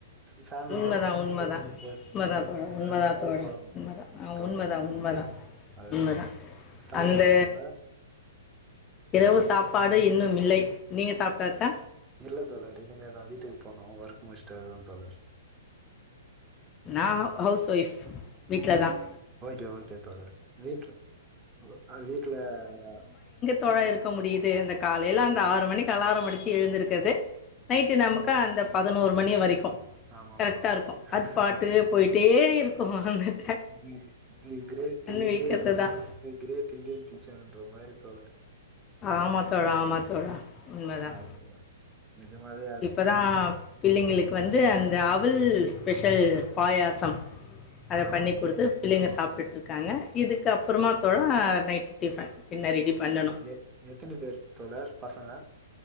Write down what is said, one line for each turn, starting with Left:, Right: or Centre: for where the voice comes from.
Right: ஃபேமிலியோட
Left: உண்மதான்
Right: டைம்
Left: உண்மதான்
Right: ஸ்பெண்ட்
Left: உண்மதான்
Right: பண்ணி
Left: தோழா
Right: போ
Left: உண்மதான்
Right: அந்த மாதிரி
Left: தோழா
Right: போ
Left: உண்மதான் ஆ
Right: தோழர்.
Left: உண்மதான் உண்மதான்
Right: அதுதான்
Left: உண்மதான்
Right: சாப்ட்டீங்களா
Left: அந்த
Right: தோழர்
Left: இரவு சாப்பாடு இன்னும் இல்லை நீங்க சாப்ட்டாச்சா
Right: இல்ல தோழர். இனிமேதான் வீட்டுக்கு போனும் ஒர்க் முடிச்சுட்டு அதுதான் தோழர்.
Left: நான் ஹவுஸ் ஒய்ஃப் வீட்லதான்
Right: ஓகே ஓகே தோழர் வீட்ல அஹ் வீட்ல அ
Left: தோழர் இருக்க முடியுது. அந்த காலைல அந்த ஆறு மணிக்கு அலாரம் அடிச்சு எழுந்திருக்கறது நைட்டு நமக்கு அந்த பதினோரு மணி வரைக்கும்
Right: ஆமாம்
Left: கரெக்ட்டா
Right: தோழர்
Left: இருக்கும். அது பாட்டுக் போயிட்டு போய்ட்டே இருக்கும் அ
Right: தி தி கேரேட் இண்டியன்.
Left: விழிக்கிறது தான்
Right: தி கிரேட் இண்டியன். பீச்சன்ன்ற மாதிரி தோழர்
Left: ஆமா தோழா ஆமா தோழா. உண்மதான்.
Right: அது நெஜம் நிஜமாவே
Left: இப்பதான் பிள்ளைங்களுக்கு வந்து அந்த அவுல் ஸ்பெஷல் பாயாசம் அத
Right: ஆமா
Left: பண்ணி்
Right: ஆமாம்
Left: குடுத்து பிள்ளைங்க
Right: ஆமாம்
Left: சாப்பிட்டுட்டு
Right: தோழர்
Left: இருக்காங்க. இதுக்கு அப்புறமா தோழா நைட் டிஃபன். இன்னும் ரெடி பண்ணணும்.
Right: எ எத்தன பேர் தோழர் பசங்க